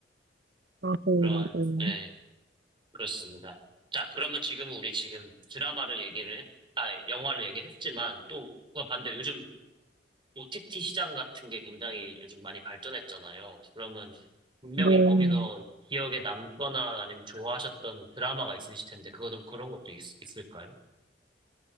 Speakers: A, on the right (about 55°); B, on the right (about 25°).
A: 맞아요,
B: 그런,
A: 맞아요.
B: 네, 그렇습니다. 자, 그러면 지금은 우리 지금 드라마를 얘기를 했, 아, 영화를 얘기를 했지만, 또, 그거 반대로 요즘 OTT 시장 같은 게 굉장히 요즘 많이 발전했잖아요. 그러면 분명히
A: 음,
B: 거기서 기억에 남거나 아니면 좋아하셨던 드라마가 있으실 텐데, 그거 그런 것도 있, 을까요